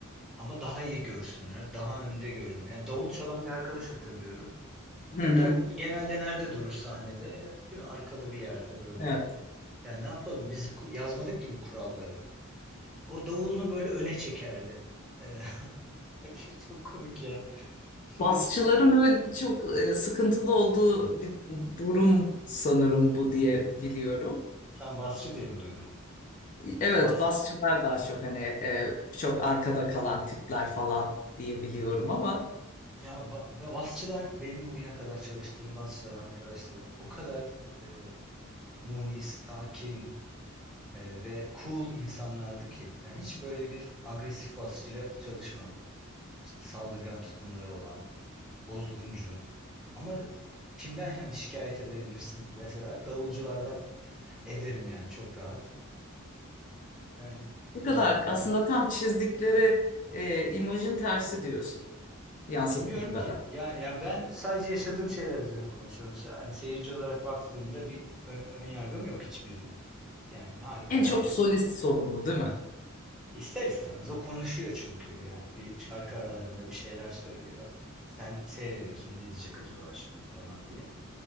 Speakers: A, in the centre; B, on the left.
A: Ama daha iyi görsünler, daha önde görünme. Yani davul çalan bir arkadaş hatırlıyorum.
B: Hı
A: Ya
B: hı.
A: davul genelde nerede durur sahnede? Ya, Değil mi? Arkada bir yerde böyle.
B: Evet.
A: Yani ne yapalım? Biz ku- yazmadık ki bu kuralları. O davulunu böyle öne çekerdi. Ee, <laughs> hakikaten çok komik ya. Şimdi
B: Basçıların öyle çok e, sıkıntılı olduğu bir durum sanırım bu diye biliyorum.
A: sen basçı diye mi duydun bunu?
B: Evet,
A: Bas,
B: basçılar daha çok hani e, çok arkada kalan tipler falan diye biliyorum ama
A: ya ba- be- basçılar benim bugüne kadar çalıştığım basçılar arkadaşlarım o kadar e, munis, sakin e, ve cool insanlardı ki. Yani hiç böyle bir agresif basçıyla çalışmadım. İşte saldırgan tutumları olan. bozguncu. Ama kimden hani şikayet edebilirsin deseler davulculardan ederim yani çok rahat. Yani bilmiyorum
B: bu kadar
A: ya.
B: aslında tam çizdikleri e, imajın tersi diyorsun yansıttıkları.
A: Bilmiyorum ki. Ya yani ben sadece yaşadığım şeyler üzerine konuşuyorum. Hani seyirci olarak baktığımda bir ö- ön yargım yok hiçbirine. Yani harika
B: En
A: herkes
B: çok solist sorumlu değil mi?
A: ister istemez o konuşuyor çünkü. Yani bir şarkı aralarında bir şeyler söylüyor. Sen seyrediyorsun ne diyecek acaba şimdi falan diye.